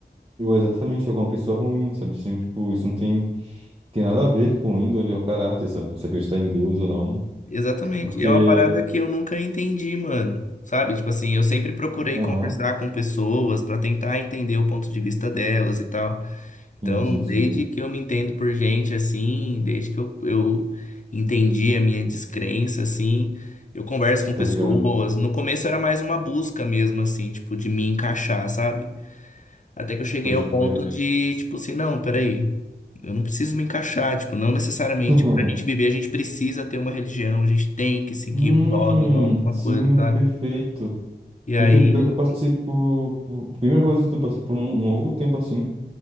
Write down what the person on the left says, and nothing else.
Exatamente.
E é uma parada que eu nunca entendi, mano. Sabe? Tipo assim, eu sempre procurei
conversar com pessoas pra tentar entender o ponto de vista delas e tal. Então,
desde
que eu me entendo por gente assim, desde que eu, eu entendi a minha descrença assim, eu converso com
pessoas.
No começo era mais uma busca mesmo assim, tipo, de me encaixar, sabe? Até que eu cheguei
ao ponto
de, tipo assim, não, peraí, eu não preciso me encaixar, tipo, não necessariamente
pra gente viver a gente precisa ter uma religião, a gente tem que seguir
um dogma, alguma
coisa, sabe?
E
aí,